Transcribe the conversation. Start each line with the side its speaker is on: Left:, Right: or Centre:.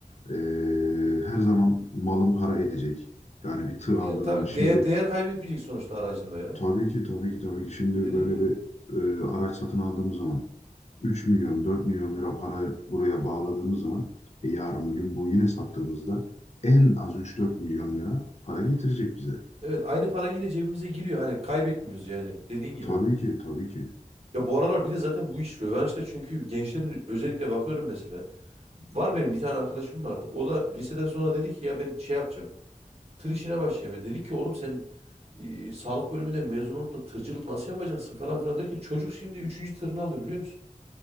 Left: eee, her zaman malın para edecek. Yani bir tır
Right: Ya
Left: aldığın
Right: tabii
Left: zaman şimdi
Right: değer değer kaybetmeyecek sonuçta aracında ya.
Left: tabii ki tabii ki tabii ki şimdi
Right: Dediğin
Left: böyle
Right: gibi.
Left: bir eee, araç satın aldığımız zaman 3 milyon 4 milyon lira para buraya bağladığımız zaman e, yarın bugün bu yine sattığımızda en az 3-4 milyon lira para getirecek bize.
Right: Evet, aynı para yine cebimize giriyor. Hani kaybetmiyoruz yani. Dediğin gibi.
Left: Tabii ki tabii ki.
Right: Ya bu aralar bir de zaten bu iş rövanşta çünkü gençlerin özellikle bakıyorum mesela. Var benim bir tane arkadaşım vardı. O da liseden sonra dedi ki ya ben şey yapacağım. tır işine başlayamıyor. dedik ki oğlum sen e, sağlık bölümünden mezun olup da tırcılık nasıl yapacaksın falan filan derken çocuk şimdi üçüncü tırını aldı biliyor musun?